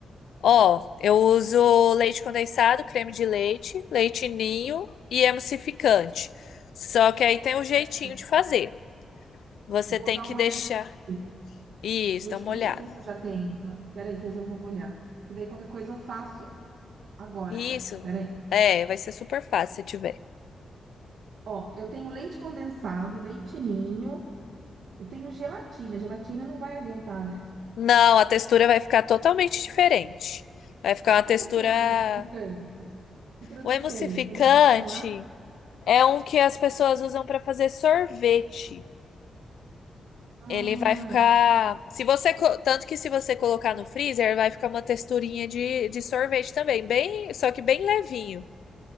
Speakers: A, on the left; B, on the right.
A: Ó, eu uso leite condensado, creme de leite, leite ninho e emulsificante. Só que aí tem um jeitinho
B: Peraí,
A: de fazer. Você
B: vou
A: tem
B: dar
A: que
B: uma
A: deixar.
B: olhadinha aqui.
A: Isso,
B: Deixa,
A: dá uma
B: deixa
A: olhada.
B: eu ver se eu já tenho. Peraí, que eu já vou olhar. Que daí qualquer coisa eu faço agora
A: Isso.
B: já. Peraí.
A: É, vai ser super fácil se tiver.
B: Ó, eu tenho leite condensado, leite ninho, eu tenho gelatina. Gelatina não vai adiantar, né?
A: Não, a textura vai ficar totalmente diferente. Vai ficar uma textura.
B: Como que é o emulsificante? Que produto
A: O emulsificante
B: que é esse? Eu nunca ouvi falar.
A: é um que as pessoas usam para fazer sorvete.
B: Ah,
A: Ele vai ficar. Se você. co- Tanto que se você colocar no freezer, vai ficar uma texturinha de, de sorvete também. Bem, só que bem levinho.